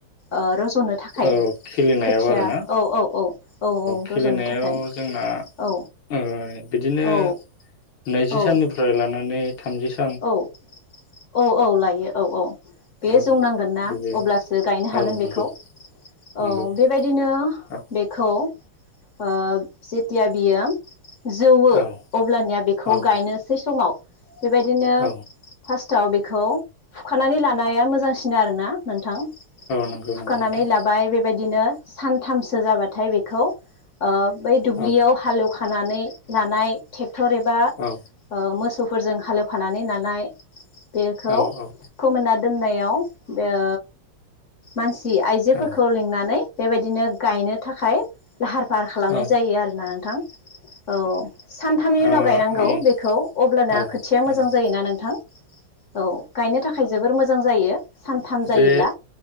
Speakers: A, on the left; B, on the left.
A: ओ र रज'नो थाखाय
B: औ खिलिनायाव
A: खोथिया
B: आरोना
A: औ औ औ औ औ
B: खिलिनायाव
A: रज'नो थाखाय।
B: जोंना ओ
A: औ
B: बिदिनो
A: औ
B: नैजि
A: औ
B: साननिफ्राय लानानै थामजि सा
A: औ औ औ लायो औ। औ औ।
B: औ
A: बेयो
B: औ
A: जौ नांगोन ना
B: बेयो
A: अब्लासो गायनो हागोन
B: औ नंगौ
A: बेखौ औ
B: नंगौ
A: बेबायदिनो
B: औ
A: बेखौ ओ जिथिया बियो जौवो
B: औ
A: अब्लानिया बेखौ
B: औ
A: गायनोसै समाव बेबायदिनो
B: औ
A: फास्ट आव बेखौ हुखानानै लानाया मोजांसिन आरोना नोंथां। सुखानानै
B: नंगौ नंगौ नोंथां
A: लाबाय बेबायदि बिदिनो सानथामसो जाबाथाय बेखौ ओ ओइ दुब्लियाव
B: औ
A: हालौव खानानै लाना <unintelligible> थर एबा
B: औ
A: ओ मोसौ फोरजों हालेव खानानै नालानाय बेखौ
B: औ औ
A: फोमोनना दोननायाव ओ मानसि आइजोफोरखौ
B: औ
A: लिंनानै बेबादि बिदिनो गायनो थाखाय लाहार फाहार खालामनाय
B: औ
A: जायो आरोना नोंथां। औ सानथामनि उनाव
B: ओ
A: गायनांगौ
B: आं
A: बेखौ अब्लाना
B: औ
A: खो
B: नंगौ
A: मोजां जायोना नोंथां? <inaudible> औ गायनो थाखाय जोबोर मोजां जायो। सानथाम जायोब्ला
B: बे